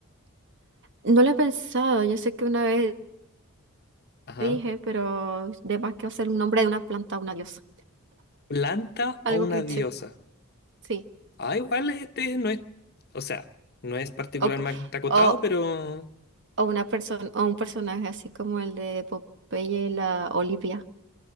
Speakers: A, on the right; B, on the left.
A: No lo he pensado, yo sé que una vez
B: Ajá.
A: dije, pero de más que hacer un nombre de una planta una diosa.
B: ¿Planta
A: Algo
B: o una
A: cliché,
B: diosa?
A: sí.
B: Ah, igual este no es, o sea, no es particularmente
A: O, c-
B: acotado,
A: o,
B: pero
A: o una persona, o un personaje así como el de Popeye, la Olivia.